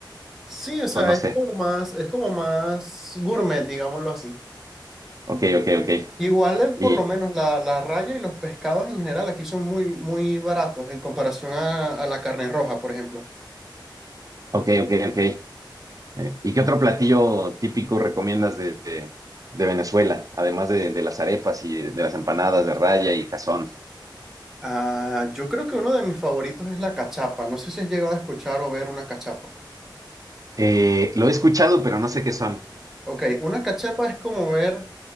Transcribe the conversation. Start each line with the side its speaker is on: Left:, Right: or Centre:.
Centre: Sí, o sea,
Right: o no
Centre: es
Right: sé.
Centre: como más, es como más gourmet, digámoslo así.
Right: Ok, ok, ok.
Centre: Igual, el-
Right: Y,
Centre: por lo menos la, la raya y los pescados en general aquí son muy, muy baratos en comparación a, a la carne roja, por ejemplo.
Right: ok, ok, ok. Eh, ¿y qué otro platillo típico recomiendas de, de- de Venezuela, además de, de las arepas y de las empanadas de raya y cazón?
Centre: Ah, yo creo que uno de mis favoritos es la cachapa. No sé si has llegado a escuchar o ver una cachapa.
Right: Eh, lo he escuchado, pero no sé qué son.
Centre: Ok, una cachapa es como ver,